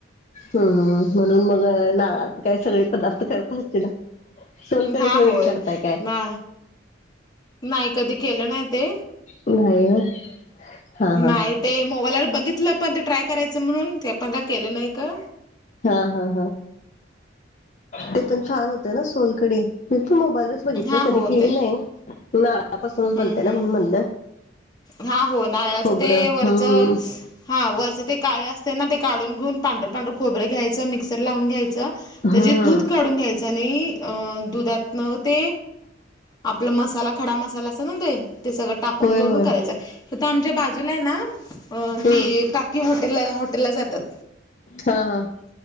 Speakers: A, on the left; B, on the left.
A: हम ह म्हणून मग नारळाच काय सगळी पदार्थ करत असशिला सोलकढी
B: हा
A: वगैरे
B: होय
A: करताय काय
B: ना नाही कधी केलं नाही ते
A: नाही होय हा हा.
B: नाहीत ते मोबाईलवर बघितलं पण ते ट्राय करायचं म्हणून ते पण काय केलं नाही क
A: हा हा हा ते पण छान होते ना सोलकढी मी पण मोबाईलवर बघितले
B: हा हो
A: कधी केली
B: ते
A: नाही नारळापासूनच
B: हम्म
A: बनते ना
B: हम्म
A: म्हणून म्हणलं
B: हा हो नारळाचं
A: खोबरं
B: ते वरच
A: हम्म
B: हा वरचं ते काळे असते ना ते काढून घेऊन पांढर पांढर खोबरं घ्यायचं मिक्सर लावून घ्यायचं
A: हम्म
B: त्याची दूध काढून घ्यायच आणि अ दुधातन ते आपला मसाला खडा मसाला असत ना ते ते सगळं टाकून
A: होय
B: करून
A: होय
B: करायचं इथं आमच्या बाजूला आहे ना अ
A: हम्म.
B: ती काकी हॉटेल हॉटेलला जातात
A: हा हा